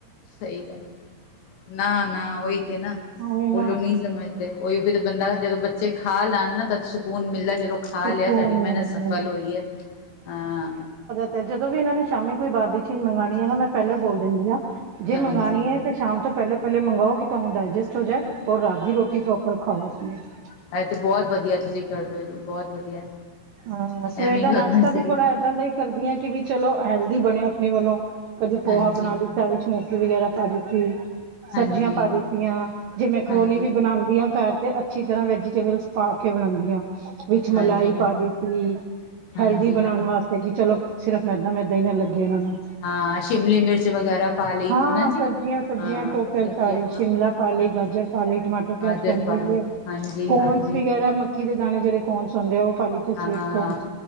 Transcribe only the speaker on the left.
ਸਈ ਗੱਲ ਨਾ- ਨਾ ਓਈ ਤੇ ਨਾ
<unintelligible>
ਨੀ ਸਮਝਦੇ ਓਈ ਫੇਰ ਬੰਦਾ ਜਦੋਂ ਬੱਚੇ ਖਾ ਲਾਣ ਨਾ ਤਦ ਸਕੂਨ ਮਿਲਦਾ ਚਲੋ ਖਾ
ਲਿਆ ਸਾਡੀ ਮਿਹਨਤ
ਸਫਲ
ਹੋਈ ਐ ਆ।
ਹਾਂਜੀ
ਐ ਤੇ ਬੋਤ ਵਧੀਆ ਤੁਸੀਂ ਕਰਦੇ ਓ ਜੀ ਬੋਤ ਵਧੀਆ।
ਐਵੇਂ
ਹੀ ਕਰਨਾ
ਚਾਹੀਦਾ
ਹਾਂਜੀ
ਹਾਂਜੀ
ਹਾਂਜੀ
ਹਾਂਜੀ
ਹਾਂਜੀ
ਹਾਂਜੀ
ਹਾਂਜੀ
ਹਾਂ ਸ਼ਿਮਲੀ ਮਿਰਚ ਵਗੈਰਾ ਪਾ ਲਈ
ਹਨਾ
ਜੀ ਹਾਂ
ਸਬਜ਼ੀਆਂ
ਹਾਂ
ਹਾਂਜੀ
ਗਾਜਰ
ਪਾ
ਲਈ
ਹਾਂਜੀ
ਹਾਂਜੀ
ਹਾਂ,